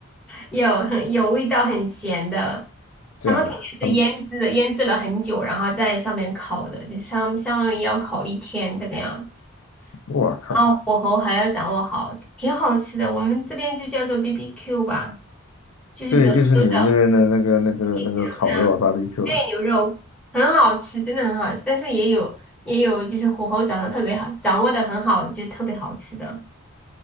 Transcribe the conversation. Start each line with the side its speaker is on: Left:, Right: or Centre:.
Centre: 有很有味道，很咸的。
Left: 这样啊，
Centre: 他们肯定是腌制的，
Left: 嗯，
Centre: 腌制了很久，然后在上面烤的，就相相当于要烤一天这个样子。
Left: 我靠，
Centre: 然后火候还要掌握好，挺好吃的。我们这边就叫做 BBQ 吧，就是德州的
Left: 对，就是你们这边的那个、那个、
Centre: BBQ，
Left: 那个烤肉啊，barbecue
Centre: 对，
Left: 啊，
Centre: 牛肉很好吃，真的很好吃，但是也有也有就是火候掌握特别好，掌握的很好，就是特别好吃的。